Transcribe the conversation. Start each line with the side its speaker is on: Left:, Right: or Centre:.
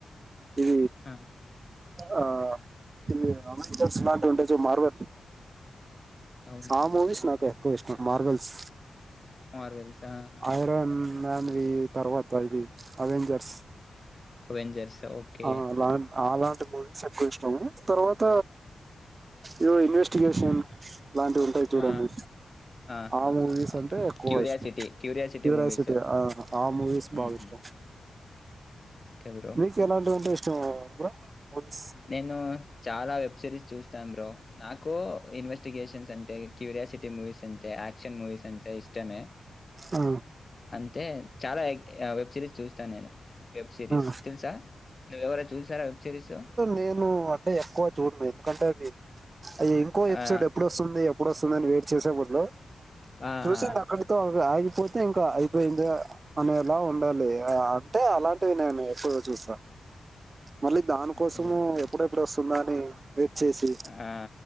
Right: ఇ
Left: హా
Right: ఆ ఇవి అమెస్లాంటి ఉండే మార్వ
Left: అవునా?
Right: ఆ మూవీస్
Left: ఆహా!
Right: నాకు ఎక్కువ ఇష్టం మార్బల్స్
Left: మార్వెల్స్ ఆహాహా!
Right: అయర <unintelligible> తర్వాత తయివి అవెంజర్స్
Left: 'అవెంజర్స్' ఓకే.
Right: ఆ అలా ఆలాంటి మ తక్కువ ఇష్టము తర్వాత ఏవో ఇన్వెస్టిగేషన్ ఇలాంటివి ఉంటాయి చూడండి
Left: ఆ! ఆహాహాహా!
Right: ఆ మూవీస్ అంటే ఎక్కువ
Left: 'క్యూరియాసిటీ',
Right: ఇష్టం క్యూరియాసిటీ
Left: మూవీస్.
Right: ఆ మూవీస్
Left: హ్మ్.
Right: బాగా
Left: హ్మ్.
Right: ఇష్టం
Left: ఓకే బ్రో.
Right: మీ ఎలాంటింట ఇష్టం మూవీస్
Left: నేను చాలా వెబ్ సిరీస్ చూస్తాను బ్రో నాకు ఇన్వెస్ట్ స్గేషన్స్ అంటే క్యూరియాసిటీ మూవీస్ అంతే యాక్షన్ మూవీస్ అంటే ఇష్టమే
Right: ఆ
Left: అయితే చాలా వెబ్ సిరీస్ చూస్తాను నేను వెబ్ సిరీస్
Right: ఆ
Left: తెలుసా నువ్వ ఎవర చూసారా వెబ్ సిరీస్
Right: నేను అంటే ఎక్కువ చూడను ఎందుకంటే అయ్య ఇంకో ఎపిసోడ్
Left: ఆ!
Right: ఎప్పుడు వస్తుంది ఇప్పు వస్తుందనియిట్ చేేసెబా హలో
Left: ఆ!
Right: చూస
Left: ఆ!
Right: అక్కడితో ఆ పోతే ఇంకా అయిపోయింది అనేలా ఉండాలి అంటే అలాంటి ఎప్పు చూసా మళ్ళీ దానికోసం
Left: ఆ, అది నిజ
Right: ఎప్పుడెప్పుడు వస్తు సన్నారు వెయిట్ చేసి
Left: ఆ!